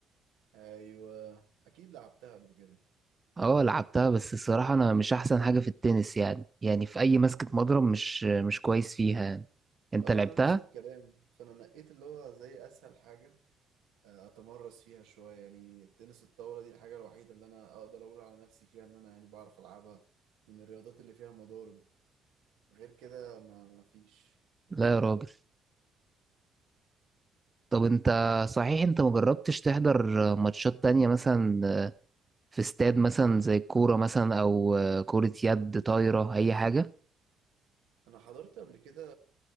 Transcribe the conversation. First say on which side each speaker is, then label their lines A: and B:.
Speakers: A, on the right; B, on the right.
A: ايوه اكيد لعبتها قبل كده
B: اه لعبتها بس الصراحة أنا مش أحسن حاجة في التنس يعني يعني في أي مسكة مضرب مش مش كويس فيها يعني أنت
A: اه
B: لعبتها؟
A: انا نفس الكلام فانا نقيت اللي هو زي اسهل حاجه آه، اتمرس فيها شويه يعني تنس الطاوله دي الحاجه الوحيده اللي انا اقدر اقول على نفسي فيها ان انا يعني بعرف العبها من الرياضات اللي فيها مضارب غير كده ما ما فيش
B: لا يا راجل طب أنت صحيح أنت مجربتش تحضر ماتشات تانية مثلا في استاد مثلا زي الكورة مثلا أو كرة يد طايرة أي حاجة؟
A: انا حضرت قبل كده